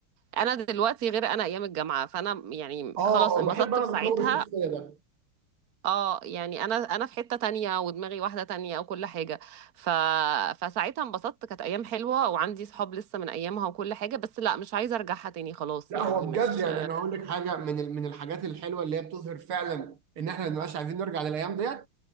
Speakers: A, on the right; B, on the right.
A: انا دلوقتي غير انا ايام الجامعه فانا يعني
B: اه
A: خلاص انبسطت
B: اه بحب انا
A: في ساعتها
B: تطور الشخصيه ده
A: اه يعني انا انا في حتة تانية ودماغي واحدة تانية وكل حاجة ف... فساعتها انبسطت كانت ايام حلوة وعندي صحاب لسه من ايامها وكل حاجة بس لا مش عايزة ارجعها تاني خلاص
B: لا
A: يعني
B: هو
A: مش
B: بجد يعني انا هقول لك حاجه من ال- من الحاجات الحلوه اللي هي بتظهر فعلا ان احنا ما بنبقاش عايزين نرجع للايام ديت